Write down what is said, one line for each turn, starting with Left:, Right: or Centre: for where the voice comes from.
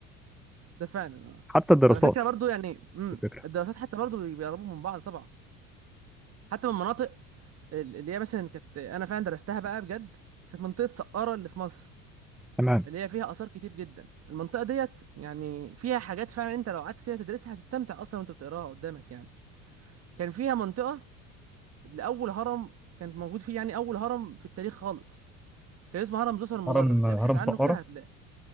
Right: ده فعلا اه
Centre: حتى الدراسات
Right: على فكره برضو يعني امم
Centre: الفكرة
Right: الدراسات حتى برضو بيقربوا من بعض طبعا حتى من مناطق ال- اللي هي مثلا كانت انا فعلا درستها بقى بجد كانت منطقه سقاره اللي في مصر
Centre: تمام
Right: اللي هي فيها اثار كتير جدا المنطقه ديت يعني فيها حاجات فعلا انت لو قعدت كده تدرسها هتستمتع اصلا وانت بتقراها قدامك يعني كان فيها منطقه اللي اول هرم كان موجود فيه يعني اول هرم في التاريخ خالص كان اسمه هرم زوسر المدرج
Centre: هرم
Right: ابحث
Centre: هرم
Right: عنه
Centre: سقارة
Right: كده هتلاقي